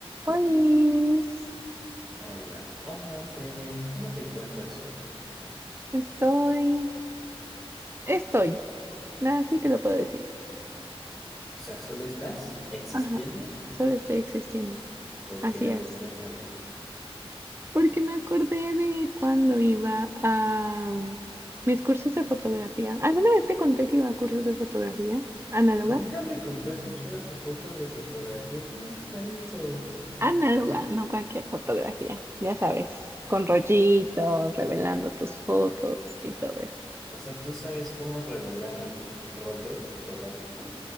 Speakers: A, on the right; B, in the centre.
A: Olis,
B: Hola, hola Fer, ¿cómo te encuentras hoy?
A: estoy, estoy, así te lo puedo decir.
B: O sea, ¿solo estás existiendo?
A: Ajá, solo estoy existiendo.
B: Porque,
A: Así
B: a
A: es.
B: ver, cuéntame.
A: Porque me acordé de cuando iba a mm, mis cursos de fotografía. ¿Alguna vez te conté que iba a cursos de fotografía? ¿Análoga?
B: Nunca me contaste que ibas a cursos de fotografía, ¿cómo está eso?
A: Análoga, no cualquier fotografía, ya sabes, con rollito, revelando tus fotos y todo eso.
B: O sea, ¿tú sabes cómo revelar rollo fotográfico?